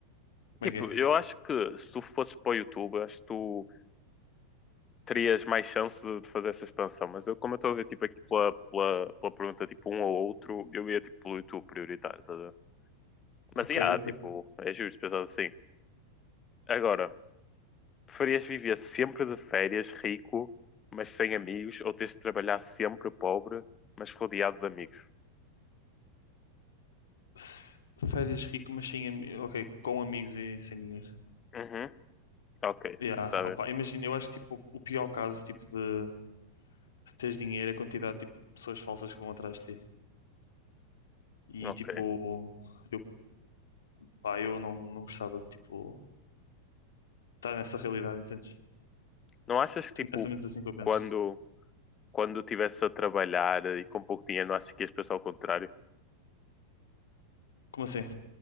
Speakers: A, on the left; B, on the left.
A: Como
B: Tipo,
A: é que é?
B: eu acho que se tu fosses para o YouTube, acho que tu terias mais chance de de fazer essa expansão. Mas eu, como eu estou a ver, tipo, aqui pela, pela, pela pergunta, tipo, um ou outro, eu ia, tipo, pelo YouTube prioritário, tá?
A: Ok,
B: Mas, yeah,
A: ok.
B: tipo, é justo pensar assim. Agora, preferias viver sempre de férias rico, mas sem amigos, ou teres de trabalhar sempre pobre, mas rodeado de amigos?
A: Se- Férias rico, mas sem, ami- ok, com amigos e sem dinheiro.
B: Uhum, ok,
A: Yeah.
B: tá bem,
A: Opa, imagina, eu acho que tipo, o pior caso tipo, de, de teres dinheiro é a quantidade tipo, de pessoas falsas que vão atrás de ti. E
B: ok.
A: tipo, eu, pá, eu não, não gostava de tipo, estar nessa realidade, entendes?
B: Não achas que,
A: É
B: tipo,
A: mais ou menos assim que eu penso.
B: quando, quando estivesse a trabalhar e com pouco dinheiro, não achas que ias pensar ao contrário?
A: Como assim?